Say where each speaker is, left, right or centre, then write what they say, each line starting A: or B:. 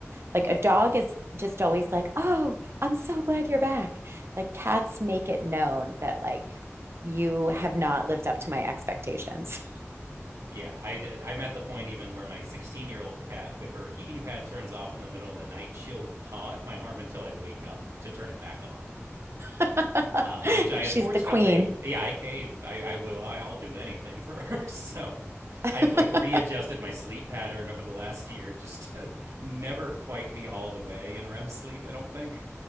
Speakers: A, on the right (about 60°); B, on the right (about 85°).
A: Like a dog is just always like, oh, I'm so glad you're back. Like cats make it known that, like, you have not lived up to my expectations.
B: Yeah, I uh, I'm at the point even where my 16 year old cat, if her heating pad turns off in the middle of the night, she'll paw at my arm until I wake up to turn it back on.
A: <laughs>
B: Uh, which I unfortunately,
A: She's the queen.
B: yeah, I cave. I, I will. I, I'll do anything for her. <laughs> So
A: <laughs>
B: I've like readjusted my sleep pattern over the last year, just to <laughs> never quite be all the way in REM sleep. I don't think